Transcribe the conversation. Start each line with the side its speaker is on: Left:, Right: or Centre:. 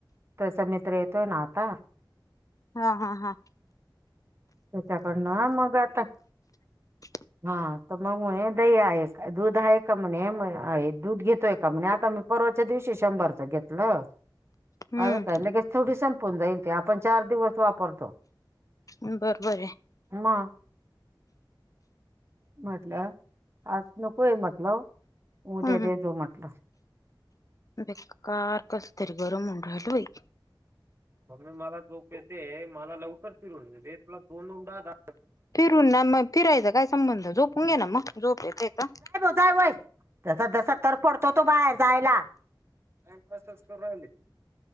Right: तसं मित्र येतोय ना आता?
Left: हा, हा, हा.
Right: शेताकडन मग आता
Left: <inaudible>
Right: हा त मग म्हणे दही आहेस दूध आहे का म्हणे म दूध घेतोय का म्हणे आता मी परवाच्या दिवशी शंभरच घेतलं
Left: हम्म
Right: आलं का लगेच थोडी संपून जाईल ते आपण चार दिवस वापरतो.
Left: बरोबर आहे.
Right: म म्हटलं आज नकोय म्हटलं उद्या
Left: हम्म
Right: दे जो म्हटलं.
Left: बेकार कसं तरी गरम होऊन राहील बाई.
Right: मग म मला जोप येते मला लवकर फिरून देतला दोनदा दा
Left: फिरून ना मग फिरायच काय संबंध झोपून घे ना मग झोप येते त.
Right: जा व्हय तसा दसा तरपडतो तो बाहेर जायला. टाईमपासचं करु राहिली की